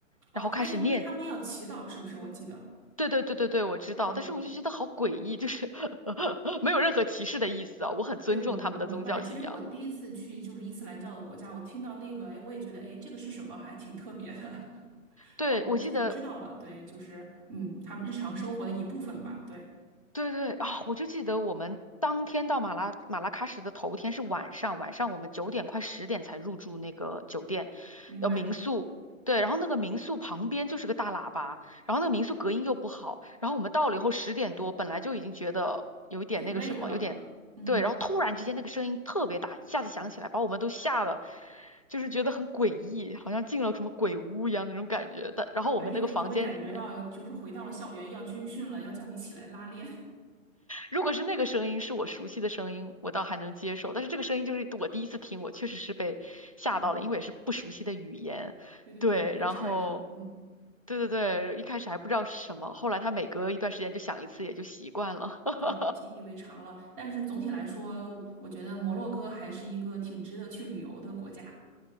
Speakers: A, on the right; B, on the left.
A: 哦，
B: 然后开始念。
A: 他因为他们要祈祷，是不是？我记得，
B: 对对对对对，我知道，
A: 对
B: 但是我就觉得好诡异，就是 <laughs> 没有任何歧视的意思啊，我很尊重他们的宗教信仰。
A: 对，我明我明白。其实我第一次去就是伊斯兰教的国家，我听到那个，哎，我也觉得，哎，这个是什么？还挺特别的。
B: 对，
A: 后来就是知道了，
B: 我记得
A: 对，就是嗯，他们日常生活的一部分吧，对，
B: 对对啊，我就记得我们当天到马拉马拉喀什的头天是晚上，晚上我们九点快十点才入住那个酒店，
A: 明白，
B: 要民宿。对，然后那个民宿旁边就是个大喇叭，然后那个民宿隔音又不好，然后我们到了以后十点多，本来就已经觉得有一点那个什么，
A: 挺累的了，
B: 有点对，
A: 嗯，
B: 然后突然之间那个声音特别大，一下子响起来，把我们都吓得，就是觉得很诡异，好像进了什么鬼屋一样那种感觉。但然后我们那个房间里面。
A: 我还以为你会感觉到就是回到了校园要军训了，要叫你起来拉练，
B: 如果是那个声音是我熟悉的声音，我倒还能接受。但是这个声音就是我第一次听，我确实是被吓到了，
A: <laughs> 嗯，
B: 因为也是不熟悉的语言。
A: 对对对，
B: 对，
A: 有点诧异，
B: 然后
A: 嗯，
B: 对对对，一开始还不知道是什么，后来他每隔一段时间就响一次，也就习惯了。<laughs>
A: 对，习以为常了，但是总体来说，我觉得摩洛哥还是一个挺值得去旅游的国家，